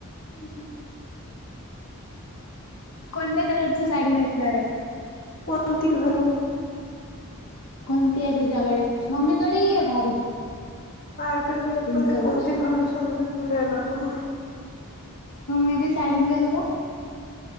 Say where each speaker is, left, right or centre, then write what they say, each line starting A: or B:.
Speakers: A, on the left (about 40°); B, on the left (about 75°).
A: हम्म.
B: कोणत्या कलरची साडी नेसणार आहे.
A: कोणती घालू?
B: कोणती आहे तुझ्याकडे, मम्मीकडे ही आहे भारी.
A: माझा कडे बी आहेत,
B: पिंक
A: पण मी
B: कलरची
A: कोणती घालू समजून राहियला तर मग.
B: मग मी बी साडीच घालू का?